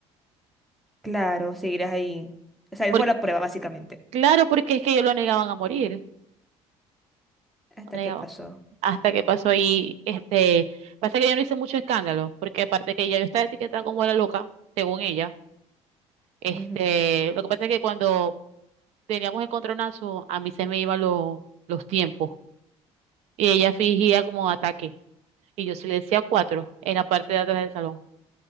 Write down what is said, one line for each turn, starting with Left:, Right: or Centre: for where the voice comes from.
Centre: Claro, seguirás ahí. O sea, él
Right: Por-
Centre: fue la prueba, básicamente.
Right: claro, porque es que ellos lo negaban a morir.
Centre: hasta
Right: Lo negaban.
Centre: que pasó.
Right: Hasta que pasó ahí, este, pasa que yo no hice mucho escándalo, porque aparte que ella yo estaba etiquetada como la loca, según ella. Este,
Centre: Ujú.
Right: lo que pasa es que cuando teníamos encontronazo, a mí se me iban los los tiempos. Y ella fingía como ataque. Y yo sí le decía cuatro en la parte de atrás del salón.